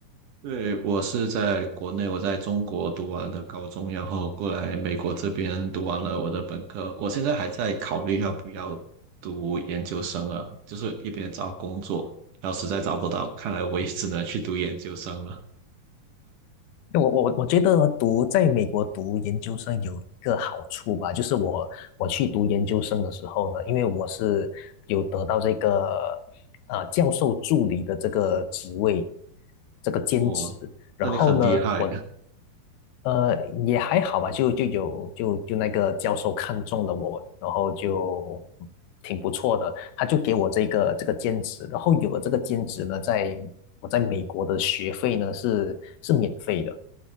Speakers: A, on the right (about 65°); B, on the left (about 80°).
A: 对，我是在国内，我在中国读完的高中，然后过来美国这边读完了我的本科。我现在还在考虑要不要读研究生啊，就是一边找工作，然后实在找不到，看来我也只能去读研究生了。
B: 因为我我我觉得读在美国读研究生有一个好处吧，就是我我去读研究生的时候呢，因为我是有得到这个呃教授助理的这个职位，这个兼职。
A: 哦，
B: 然后呢，
A: 那你很厉害。
B: 我呃，也还好吧，就就有就就那个教授看中了我，然后就嗯挺不错的，他就给我这个这个兼职，然后有了这个兼职呢，在我在美国的学费呢是是免费的，